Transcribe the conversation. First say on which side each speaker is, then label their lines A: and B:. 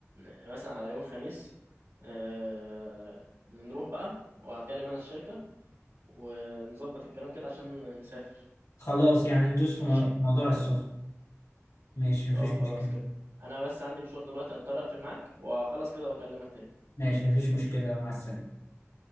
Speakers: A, on the right; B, on the left.
A: آه، مثلا على يوم خميس آه، نروح بقى وهكلم أنا الشركة ونظبط الكلام كده عشان نسافر
B: خلاص يعني ندوس في مو-
A: ماشي
B: في موضوع السخن ماشي مفيش
A: اه خلاص
B: مشكلة
A: كده أنا بس عندي مشوار دلوقتي هضطر أقفل معاك وأخلص كده وأكلمك تاني
B: ماشي مفيش مشكلة مع السلامة